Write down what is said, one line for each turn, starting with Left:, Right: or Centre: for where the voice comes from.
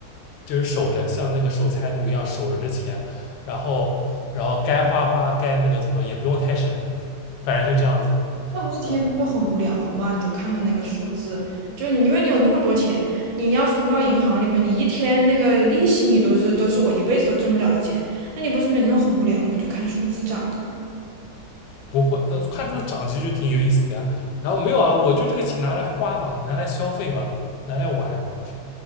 Left: 就是守着，像那个守财奴一样守着这钱，然后然后该花花，该那个怎么也不用太省。反正就这样子，
Right: 那不是天天都很无聊吗？
Left: 嗯，
Right: 你就看到那个数字，就是你因为你有那么多钱，你要是存到银行里面，你一天那个利息你都是都是我一辈子都挣不了的钱，那你不是每天都很无聊吗？你就看数字涨啊。
Left: 不会，呃，看出涨其实就挺有意思的呀。然后没有啊，我就这个钱拿来花嘛，拿来消费嘛，拿来玩，